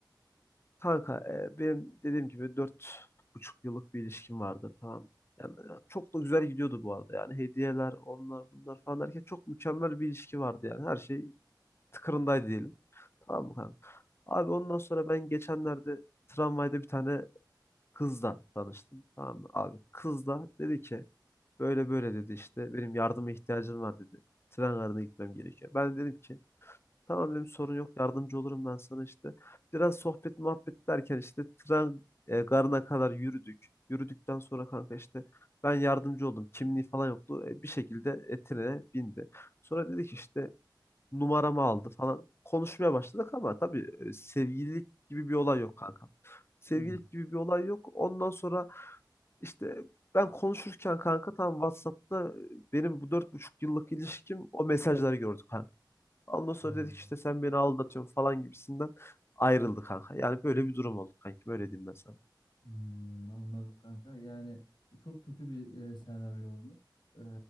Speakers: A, on the left; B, on the left.
A: Kanka e, benim dediğim gibi dört buçuk yıllık bir ilişkim vardı tamam. mı? Yani e, çok da güzel gidiyordu bu arada yani hediyeler onlar bunlar falan derken çok mükemmel bir ilişki vardı yani her şey tıkırındaydı diyelim. Tamam mı kanka? Abi ondan sonra ben geçenlerde tramvayda bir tane kızla tanıştım tamam mı abi? Kız da dedi ki böyle böyle dedi işte benim yardıma ihtiyacım var dedi. Tren garına gitmem gerekiyor. Ben de dedim ki Tamam dedim sorun yok yardımcı olurum ben sana işte. Biraz sohbet muhabbet derken işte tren e, garına kadar yürüdük. Yürüdükten sonra kanka işte ben yardımcı oldum. Kimliği falan yoktu. E, bir şekilde e, trene bindi. Sonra dedi ki işte numaramı aldı falan. Konuşmaya başladık ama tabii e, sevgililik gibi bir olay yok kanka. Sevgililik
B: Hmm.
A: gibi bir olay yok. Ondan sonra işte ben konuşurken kanka tam WhatsApp'ta e, benim bu dört buçuk yıllık ilişkim o mesajları gördük Ondan sonra
B: Hmm.
A: dedik işte sen beni aldatıyorsun falan gibisinden ayrıldı kanka. Yani böyle bir durum oldu kankim öyle diyeyim ben sana.
B: Hmm, anladım kanka. Yani çok kötü bir e, senaryo olmuş. E,